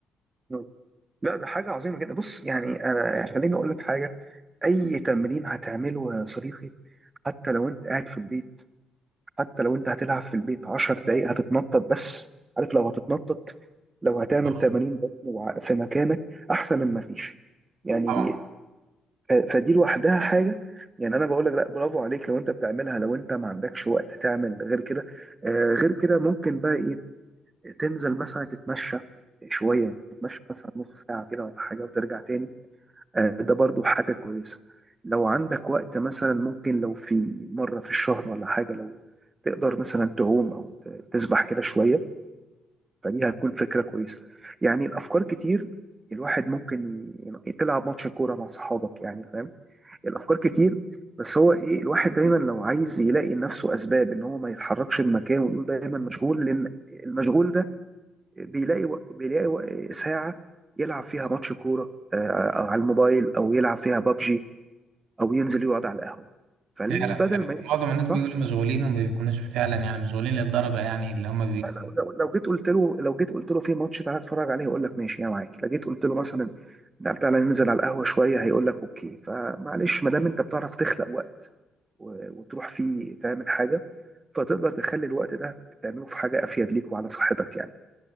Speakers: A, on the right (about 30°); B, on the right (about 65°).
A: مم. لا ده حاجه عظيمه جدا بص يعني انا يعني خليني اقول لك حاجه اي تمرين هتعمله يا صديقي حتى لو انت قاعد في البيت حتى لو انت هتلعب في البيت 10 دقايق هتتنطط بس عارف لو هتتنطط لو هتعمل
B: آه،
A: 80 بطن وع- في مكانك احسن من ما فيش يعني
B: طبعا
A: ف- فدي لوحدها حاجه يعني انا بقول لك لا برافو عليك لو انت بتعملها لو انت ما عندكش وقت تعمل غير كده آه غير كده ممكن بقى ايه تنزل مثلا تتمشى شويه تتمشى مثلا نص ساعه كده ولا حاجه وترجع تاني آه، ده برضو حاجة كويسة لو عندك وقت مثلا ممكن لو في مرة في الشهر ولا حاجة لو تقدر مثلا تعوم أو ت- تسبح كده شوية فدي هتكون فكرة كويسة يعني الأفكار كتير الواحد ممكن ي- ي- تلعب ماتش كورة مع صحابك يعني فاهم الأفكار كتير بس هو إيه الواحد دايما لو عايز يلاقي لنفسه أسباب إن هو ما يتحركش من مكانه ويقول دايما مشغول لأن المشغول ده بيلاقي وق- بيلاقي وق- ساعة يلعب فيها ماتش كورة آه، آه، على الموبايل او يلعب فيها بابجي او ينزل يقعد على القهوه فالبدل
B: فعلا فعلا
A: ما
B: معظم
A: ينزل
B: الناس
A: صح
B: بيقولوا مشغولين وما بيكونوش فعلا يعني مشغولين للدرجة يعني اللي هم
A: لو لو لو جيت قلت له لو جيت قلت له في ماتش تعالى اتفرج عليه يقول لك ماشي يا معاك لو جيت قلت له مثلا لا تعالى ننزل على القهوه شويه هيقول لك اوكي فمعلش ما دام انت بتعرف تخلق وقت و- وتروح فيه تعمل حاجه فتقدر تخلي الوقت ده تعمله في حاجه افيد ليك وعلى صحتك يعني